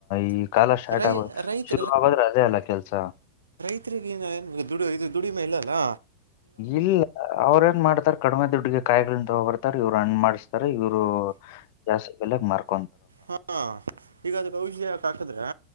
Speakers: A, on the left; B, on the right.
A: ಈ ಕಾಲ ಸ್ಟಾರ್ಟ್
B: ರೈ
A: ಆಗ
B: ರೈತ
A: ಶುರು ಆಗದ್ರೆ ಅದೇ ಅಲ್ಲ ಕೆಲ್ಸ
B: ಹಗ ದು ಇದು ದುಡಿಮೆ ಇಲ್ಲ ಅಲ್ಲಾ
A: ಇಲ್ಲ ಅವ್ರ ಏನ್ ಮಾಡ್ತಾರ ಕಡಿಮೆ ದುಡ್ಗೆ ಕಾಯಿಗಳ ಬರ್ತಾರೆ ಇವ್ರು ಅನ್್ ಮಾಡ್ತಾರೆ ಇವ್ರು ಜಾಸ್ತಿ ಬೆಲೆಗ್ ಮಾರ್ಾರೆ
B: ಹಾ ಈಗ ಅದು ಕೌಷಯಾಕ ಹಾಕದ್ರೆ